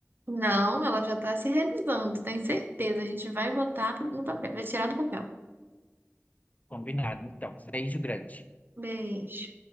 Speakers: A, on the right; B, on the left.
A: Não, ela já tá se realizando, tenho certeza. A gente vai botar no papel, vai tirar do papel.
B: Combinado, então. Beijo grande.
A: Beijo.